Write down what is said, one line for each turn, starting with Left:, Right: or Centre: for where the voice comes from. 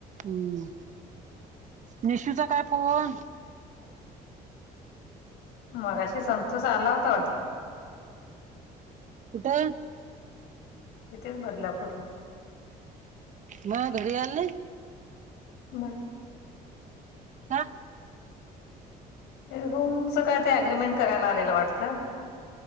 Right: हम्म निशूचा काय फोन
Left: मघाशी संतोष आला होता वाटतं
Right: कुठे
Left: कितीच बदलापूरला
Right: म घरी आल नाही
Left: बाय
Right: हा
Left: रूमचं काय ते अग्रीमेंट करायला आलेलं वाटतं